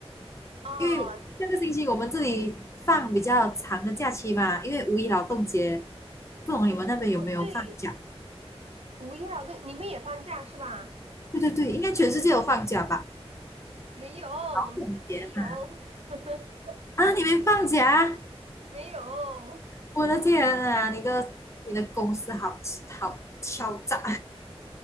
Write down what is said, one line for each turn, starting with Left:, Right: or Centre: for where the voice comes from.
Right: 哦，
Left: 因为下个星期我们这里放比较长的假期嘛，因为五一劳动节，不懂你们那边有没有放假？
Right: 对，五一劳动，你们也放假是吧？
Left: 对对对，应该全世界有放假吧？
Right: 没有，我们这边没有，
Left: 劳动节嘛，
Right: <laughs>
Left: 啊，你们放假？
Right: 没有
Left: 我的天啊，你的你的公司好好敲诈